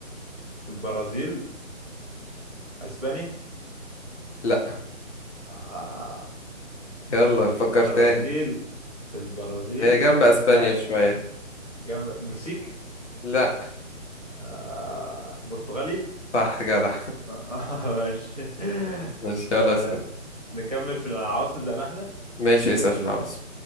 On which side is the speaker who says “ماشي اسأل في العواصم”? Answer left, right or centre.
Left